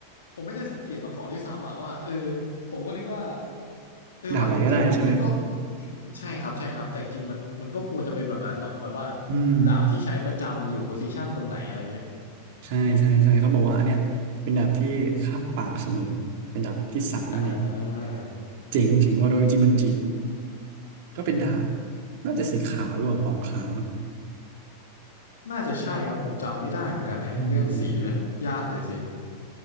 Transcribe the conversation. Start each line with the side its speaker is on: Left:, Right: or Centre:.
Left: ผมไม่ได้สังเกตมาก่อนด้วยซ้ำอะว่าเออผมก็นึกว่าเออว่ะแต่จริงๆมันมันก็
Right: ดาบไหนก็ได้ใช่ไหม
Left: ใช่ครับใช่ครับแต่จริงๆมันมันก็ควรจะเป็นแบบนั้นเนาะแบบว่า
Right: อืม
Left: ดาบที่ใช้ประจำอยู่โพซิชันตรงไหนอะไรเงี้ย
Right: ใช่ใช่ใช่เขาบอกว่าอันเนี้ยเป็นดาบที่คาบปากเสมอเป็นดาบที่สามนั่นเอง
Left: อ่า
Right: เจ๋งเจ๋งว่าโดยจิมันจิก็เป็นดาบน่าจะสีขาวหรือเปล่าปอกขาวนะ
Left: น่าจะใช่ครับผมจำไม่ได้เหมือนกันแฮะเรื่องสีเนี่ยยากเลยสิ
Right: อืมอืมอืม